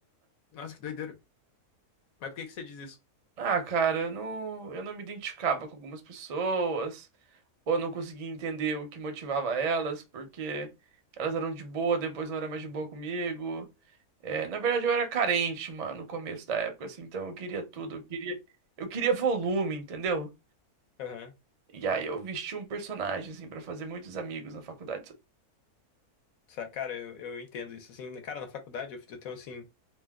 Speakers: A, on the left (about 70°); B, on the right (about 45°).
A: Nossa, que doideira. Mas por que que você diz isso?
B: Ah, cara, eu não, eu não me identificava com algumas pessoas, ou eu não conseguia entender o que motivava elas, porque elas eram de boa, depois não era mais de boa comigo. É, na verdade, eu era carente, mano, no começo da época, assim, então eu queria tudo, eu queria, eu queria volume, entendeu?
A: Aham.
B: E aí eu vesti um personagem, assim, pra fazer muitos amigos na faculdade. sabe?
A: Sa- Cara, eu, eu entendo isso. Assim, cara, na faculdade eu, eu tenho assim.